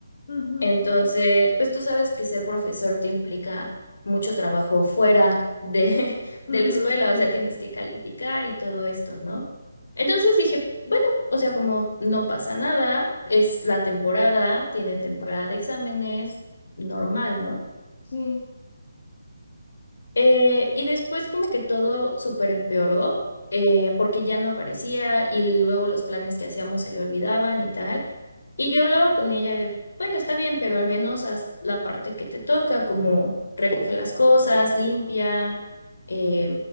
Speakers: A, on the left (about 50°); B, on the left (about 70°).
A: Ujú,
B: Entonces, pues tú sabes que ser profesor te implica mucho trabajo fuera de, <laughs> de
A: ujú.
B: la escuela, o sea, tienes que calificar y todo esto, ¿no? Entonces dije, bueno, o sea, como no pasa nada, es la temporada, tienen temporada de exámenes, normal, ¿no?
A: Sí,
B: Eh, y después como que todo súper empeoró, eh, porque ya no aparecía y luego los planes que hacíamos se le olvidaban y tal. Y yo hablaba con ella de, bueno, está bien, pero al menos haz la parte que te toca, como recoge las cosas, limpia, eh,